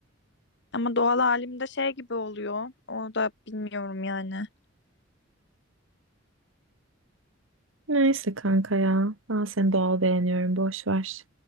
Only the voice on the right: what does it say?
Neyse kanka ya. Ben seni doğal beğeniyorum. Boş ver.